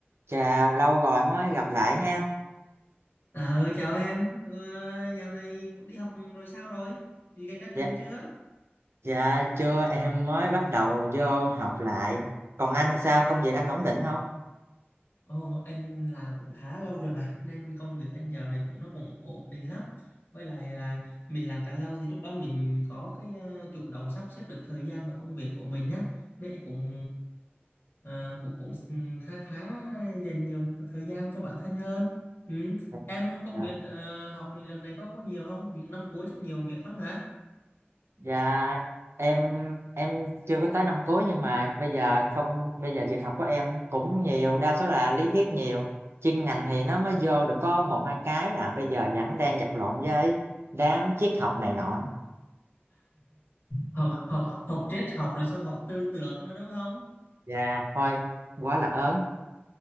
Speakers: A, on the right (about 75°); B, on the left (about 60°).
A: Chào, lâu rồi mới gặp lại ha.
B: Ờ, chào em, ờ, dạo này cũng đi học rồi sao rồi? Thì gần ra
A: Dạ,
B: trường chưa?
A: dạ chưa, em mới bắt đầu vô học lại. Còn anh thì sao, công việc anh ổn định không?
B: Ồ, anh làm cũng khá lâu rồi mà, nên công việc anh dạo này cũng nó cũng ổn định lắm. Với lại là mình làm càng lâu thì lúc đó mình có cái ờ, chủ động sắp xếp được thời gian và công việc của mình nhá. Nên anh cũng ờ, cũng cũng khá khá dành nhiều thời gian cho bản thân hơn. Ừ.
A: Dạ,
B: Em công
A: dạ.
B: việc ờ, học đợt này có có nhiều không? Những năm cuối chắc nhiều việc lắm hả?
A: Dạ, em em chưa có tới năm cuối nhưng mà bây giờ công bây giờ việc học của em cũng nhiều, đa số là lý thuyết nhiều. Chuyên ngành thì nó mới vô được có một hai cái à, bây giờ vẫn đang vật lộn với đám triết học này nọ.
B: học học học triết học rồi xong học tư tưởng nữa đúng không
A: Dạ, thôi, quá là ớn.